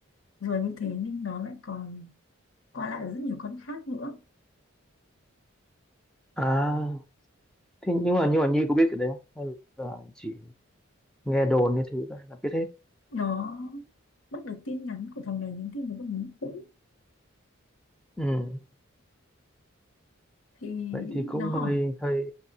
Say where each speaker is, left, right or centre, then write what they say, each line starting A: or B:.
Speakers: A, on the left; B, in the centre.
A: vừa như thế nhưng nó lại còn qua lại ở rất nhiều con khác nữa
B: à thế nhưng mà nhưng mà Nhi có biết cái đấy không hay là chỉ nghe đồn như thứ là là biết hết
A: nó bắt được tin nhắn của thằng này nhắn tin với con nhắn cũ
B: ừ
A: thì
B: vậy thì cũng
A: nó hỏi
B: hơi hơi